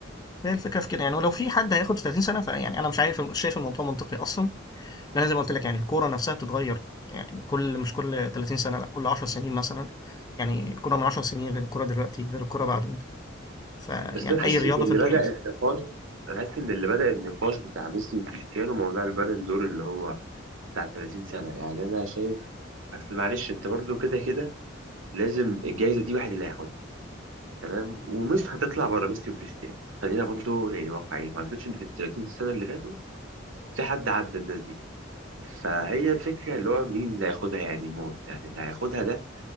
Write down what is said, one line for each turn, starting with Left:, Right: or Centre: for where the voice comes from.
Left: فهي الفكرة في كده يعني ولو في حد هياخد في 30 سنة فيعني أنا مش عارف شايف الموضوع منطقي أصلا لأن زي ما قلت لك يعني الكورة نفسها بتتغير يعني كل مش كل 30 سنة لأ كل 10 سنين مثلا يعني الكورة من 10 سنين غير الكورة دلوقتي غير الكورة بعدين فيعني
Right: بس انا حاسس
Left: أي رياضة
Right: ان اللي
Left: في الدنيا
Right: بدأ
Left: أصلا
Right: النقاش انا حاسس ان اللي بدأ النقاش بتاع ميسي وكريستيانو موضوع البالون دور اللي هو بتاع 30 سنة يعني انا شايف اصل معلش انت برضو كده كده لازم الجائزة دي واحد اللي هياخدها تمام ومش هتطلع بره ميسي وكريستيانو خلينا برضو يعني واقعيين ما اعتقدش ان في ال 30 سنة اللي فاتوا في حد عدى الناس دي فهي الفكرة اللي هو مين اللي هياخدها يعني موت يعني اللي هياخدها ده